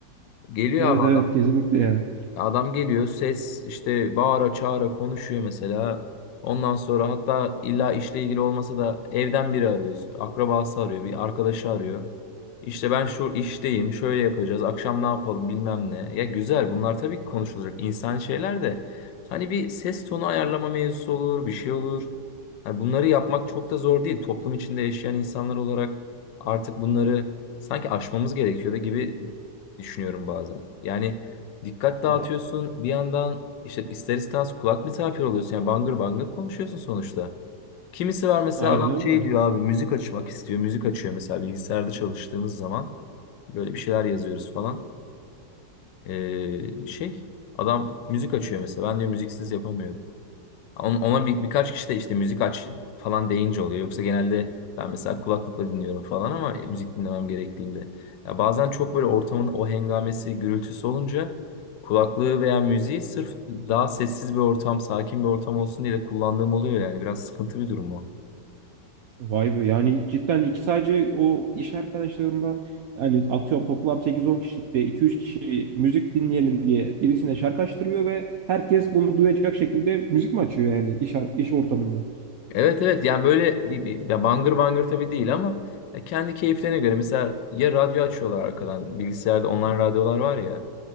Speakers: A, on the left; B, on the right.
A: Geliyor
B: Evet
A: abi
B: evet kesinlikle ya.
A: Ya Adam geliyor ses işte bağıra çağıra konuşuyor mesela. Ondan sonra hatta illa işle ilgili olmasa da evden biri arıyor. Akrabası arıyor, bir arkadaşı arıyor. İşte ben şu işteyim, şöyle yapacağız, akşam ne yapalım bilmem ne. Ya güzel bunlar tabii ki konuşulacak insani şeyler de. Hani bir ses tonu ayarlama mevzusu olur, bir şey olur. Hani bunları yapmak çok da zor değil. Toplum içinde yaşayan insanlar olarak artık bunları sanki aşmamız gerekiyor da gibi düşünüyorum bazen. Yani Dikkat dağıtıyorsun.
B: Ya
A: Bir yandan işte ister istemez kulak misafir oluyorsun. Yani bangır bangır konuşuyorsun sonuçta. Kimisi var mesela
B: aynen
A: adam
B: öyle.
A: şey diyor abi müzik açmak istiyor. Müzik açıyor mesela bilgisayarda çalıştığımız zaman. Böyle bir şeyler yazıyoruz falan. Ee, şey adam müzik açıyor mesela. Ben diyor müziksiz yapamıyorum. On- Ona bir, birkaç kişi de işte müzik aç falan deyince oluyor. Yoksa genelde ben mesela kulaklıkla dinliyorum falan ama e, müzik dinlemem gerektiğinde. Ya bazen çok böyle ortamın o hengamesi, gürültüsü olunca kulaklığı veya müziği sırf daha sessiz bir ortam, sakin bir ortam olsun diye de kullandığım oluyor yani. Biraz sıkıntı bir durum o.
B: Vay be yani cidden iki sadece o iş arkadaşlarımdan yani atıyorum toplam sekiz on kişilikte iki üç kişi müzik dinleyelim diye birisine şarkı açtırıyor ve herkes bunu duyacak şekilde müzik mi açıyor yani iş, ar- iş ortamında?
A: Evet evet yani böyle bir, bir ya bangır bangır tabii değil ama ya kendi keyiflerine göre mesela ya radyo açıyorlar arkadan bilgisayarda online radyolar var ya.